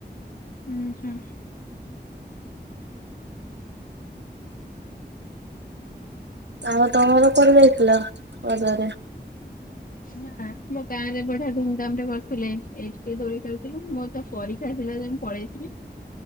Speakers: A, on the left (about 50°); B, on the right (about 80°).
A: ହୁଁ ହୁଁ।
B: ଆମ ତମର କୁଆଡେ ଯାଇଥିଲ ରଜରେ?
A: ନାଁ ମୋ ଗାଁ ରେ ବଢିଆ ଧୁମଧାମ ରେ କରୁଥିଲେ ଏଇ ଟିକେ ଦୋଳି ଖେଳଥିଲୁ ମୋର ତ ପରୀ କ୍ଷ୍ୟା ଥିଲା ଯେ ମୁଁ ପଳେଇଥିଲି।